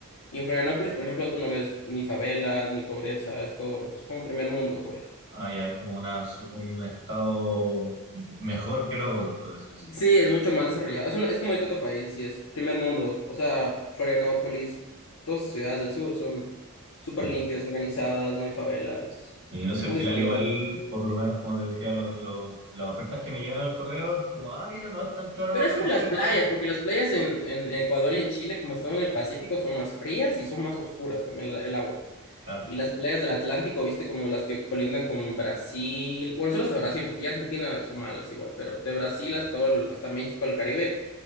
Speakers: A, on the left; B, on the right.
A: Y en Florianópolis, por ejemplo, tú no ves ni favelas, ni pobreza, esto es como primer mundo, pues.
B: ah, ya es como una, su- un estado mejor que los otros, por decir así.
A: Sí, es mucho más desarrollado. Es, una- es como de otro país, así es, primer mundo. O sea, Florianópolis, todas las ciudades del sur son súper
B: Claro.
A: limpias, organizadas, no hay favelas,
B: Y no sé,
A: muy
B: al final
A: desarrollado.
B: igual, por lo menos como te decía, lo- lo- las ofertas que me llegan al correo es como, ah, mira, no es tan caro
A: Pero es por
B: el boleto
A: las playas,
B: de avión.
A: porque las playas en, en Ecuador y en Chile, como están en el Pacífico, son más frías y son más oscuras también la- el agua.
B: Claro,
A: Y las playas del Atlántico, viste, como las que colindan con Brasil, bueno, solo hasta Brasil, porque ya Argentina son malas igual, pero de Brasil
B: claro.
A: hasta, todo el- hasta México, el Caribe,